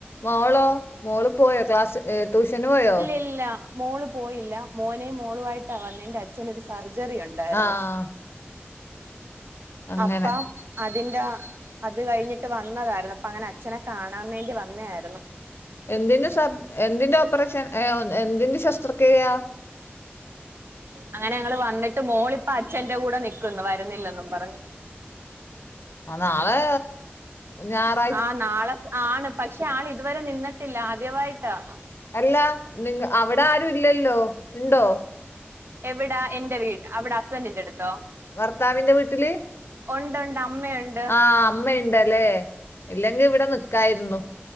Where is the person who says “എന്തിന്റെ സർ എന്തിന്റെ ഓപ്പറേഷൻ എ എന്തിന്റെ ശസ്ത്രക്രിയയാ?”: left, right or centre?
Left